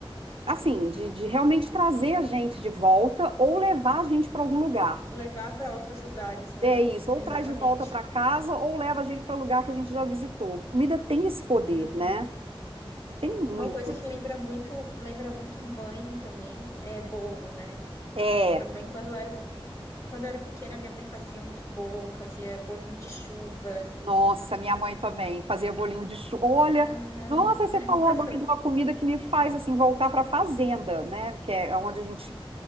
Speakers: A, on the right (about 75°); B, on the left (about 30°).
A: assim, de, de realmente trazer a gente de volta ou levar a gente para algum lugar.
B: Levar para outros lugares, né?
A: É isso, ou
B: Exatamente.
A: traz de volta para casa ou leva a gente para o lugar que a gente já visitou. Comida tem esse poder,
B: Uhum.
A: né? Tem muito,
B: Uma coisa
A: assim.
B: que lembra muito, lembra muito mãe também é bolo, né?
A: É.
B: A mãe, quando eu era, quando eu era pequena, minha mãe fazia muito bolo, fazia bolinho de chuva,
A: Nossa, minha mãe também fazia bolinho de chuva. Olha,
B: aham,
A: nossa, você
B: <laughs>
A: falou agora de uma comida que me faz assim voltar para a fazenda, né? Que é onde a gente